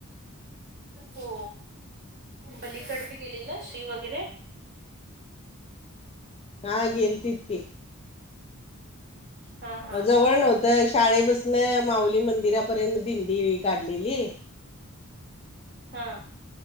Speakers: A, on the right (about 50°); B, on the left (about 25°).
A: हो पलीकड गेलेले ना श्री वगैरे.
B: हा गेलतीत की.
A: हा हा
B: जवळ नव्हतं. शाळेपसन माऊली मंदिरापर्यंत दिंडी काढलेली.
A: हा.